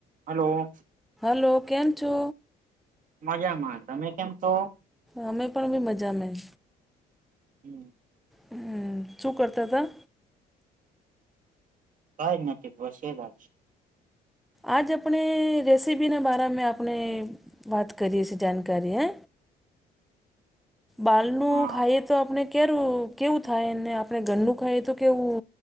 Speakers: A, on the right (about 50°); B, in the centre.
A: Hello
B: hello કેમ છો
A: મજામાં, તમે કેમ છો
B: અમે પણ બી મજામાં
A: હમ્મ
B: હમ્મ, શું કરતાતા
A: કાઈ નથી બસ <unintelligible>
B: આજ આપણે રેસીપીના બારામે આપણે વાત કરીએ શી જાણકારી હે બાલનું
A: હા
B: ખાઈએ તો આપણે કેરુ કેવું થાય, ને આપણે ધરનું ખાઈએ તો કેવું